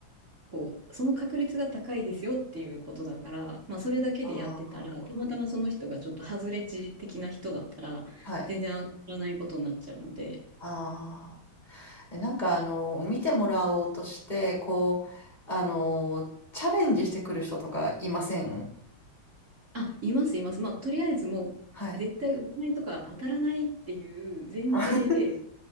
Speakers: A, on the right (about 40°); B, on the left (about 20°).
A: こう、その確率が高いですよっていうことだから、まあ、それだけでやってたら、
B: あ
A: たまたまその人がちょっと外れ値的な人だったら、
B: あ、はい。
A: 全然上がらないことになっちゃうので、
B: ああ。えなんかあの、見てもらおうとして、こう、あの、チャレンジしてくる人とかいません
A: あ、います、います。まあ、とりあえずもう、
B: はい。
A: 絶対占いとか当たらないっていう前提で、
B: <laughs>